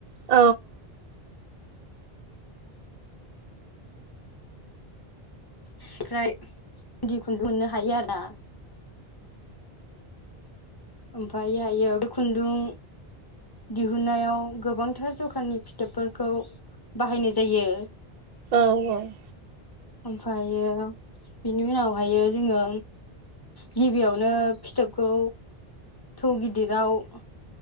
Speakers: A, on the right; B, on the left.
A: औ
B: ओमफ्राय इन्दि खुन्दुं मोननो हायो आरो ना? ओमफ्राय आयो बे खुन्दुं, दिहुनन्नायाव गोबांथार जखाननि फिथोबफोरखौ बाहायनाय जायो।
A: औ औ
B: ओमफ्रायो बेनि उनावहाय जोङो गिबियावनो, फिथोबखौ थौ गिदिराव,